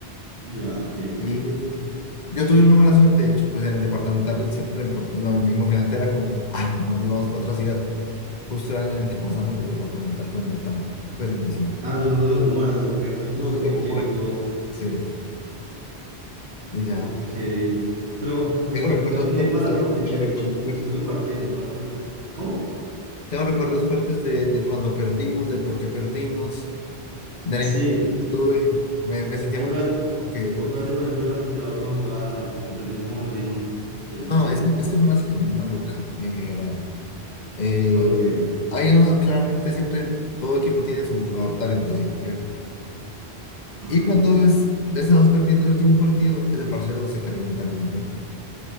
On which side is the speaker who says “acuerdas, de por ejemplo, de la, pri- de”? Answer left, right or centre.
Right